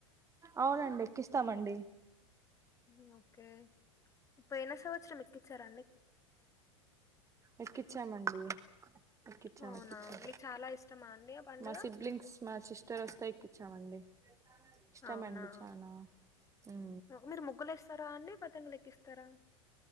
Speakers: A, on the right; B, on the left.
A: అవునండి ఎక్కిస్తామండి.
B: హ్మ్ ఓకే పోయిన సంవత్సరం ఎక్కిచ్చారా అండి?
A: ఎక్కిచ్చామండి ఎక్కిచ్చాం
B: అవునా
A: ఎక్కిచ్చాం
B: మీకు చాలా ఇష్టమా అండి ఆ పండుగ
A: మా సిబ్లింగ్స్ మా సిస్టర్ వస్తే ఎక్కిచ్చామండి. ఇష్టమండి
B: అవునా
A: చానా. ఊమ్
B: <unintelligible> మీరు ముగ్గులు ఎస్తారా అండి పతంగులెక్కిస్తారా?